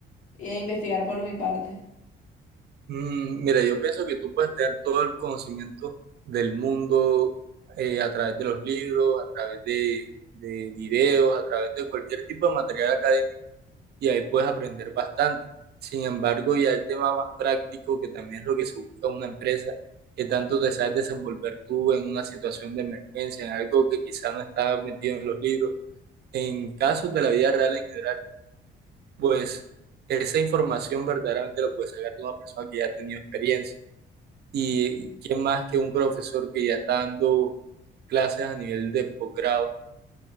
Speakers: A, on the left; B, on the right.
A: y investigar por mi parte?
B: Mm, mira, yo pienso que tú puedes tener todo el conocimiento del mundo eh, a través de los libros, a través de, de videos, a través de cualquier tipo de material académico y ahí puedes aprender bastante. Sin embargo, ya el tema más práctico, que también es lo que se busca en una empresa, que tanto te sabes desenvolver tú en una situación de emergencia, en algo que quizás no está metido en los libros, en casos de la vida real en general, pues esa información verdaderamente la puedes sacar de una persona que ya ha tenido experiencia. Y quién más que un profesor que ya está dando clases a nivel de posgrado,